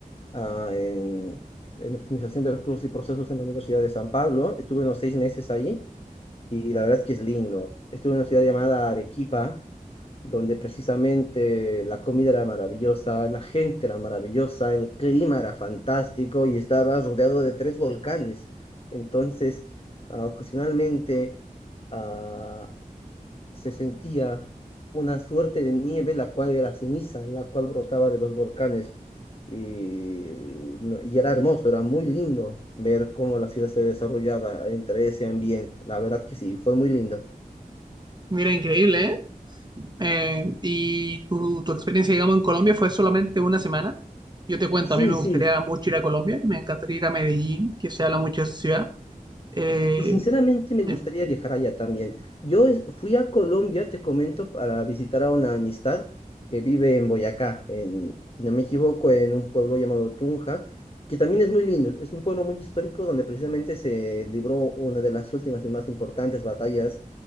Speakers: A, on the left (about 40°); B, on the right (about 30°).
A: ah, en, en optimización de recursos y procesos en la Universidad de San Pablo. Estuve unos seis meses allí y la verdad es que es lindo. Estuve en una ciudad llamada Arequipa, donde precisamente la comida era maravillosa, la gente era maravillosa, el clima era fantástico y estaba rodeado de tres volcanes. Entonces, ah, ocasionalmente... ah, se sentía una suerte de nieve, la cual era ceniza, la cual brotaba de los volcanes. Y, no- y era hermoso, era muy lindo ver cómo la ciudad se desarrollaba entre ese ambiente. La verdad que sí, fue muy lindo.
B: Mira, increíble, ¿eh? Eh, y tu, tu experiencia, digamos, en Colombia fue solamente una semana. Yo te cuento,
A: Sí,
B: a mí me gustaría
A: sí,
B: mucho ir a Colombia, me encantaría ir a Medellín, que se habla mucho de esa ciudad. Eh,
A: Y sinceramente me gustaría
B: eh,
A: viajar allá también. Yo es- fui a Colombia, te comento, para visitar a una amistad que vive en Boyacá, en, si no me equivoco, en un pueblo llamado Tunja, que también es muy lindo. Es un pueblo muy histórico donde precisamente se libró una de las últimas y más importantes batallas